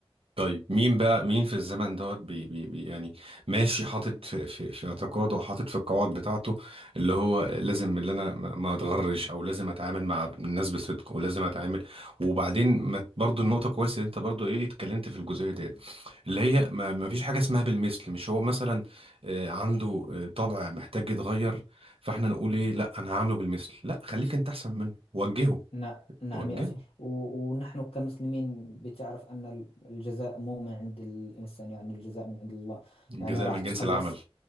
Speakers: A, on the right; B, on the left.
A: طيب مين بقى مين في الزمن دوت بي بي بي يعني ماشي حاطط في في, في اعتقاده وحاطط في القواعد بتاعته اللي هو لازم اللي انا ما ما اتغرش او لازم اتعامل مع الناس بصدق ولازم اتعامل وبعدين ما برضو النقطه كويسه اللي انت برضو ايه اتكلمت في الجزئيه ديت اللي هي ما, ما فيش حاجه اسمها بالمثل مش هو مثلا آه، عنده آه، طبع محتاج يتغير فاحنا نقول ايه لا انا هعمله بالمثل لا خليك انت احسن منه وجهه
B: نعم نعم
A: وجهه
B: يا أخي و- ونحن كمسلمين بتعرف أن الجزاء مو من عند الإنسان يعني الجزاء من عند الله
A: الجزاء
B: يعني راح
A: من
B: تخلص
A: جنس العمل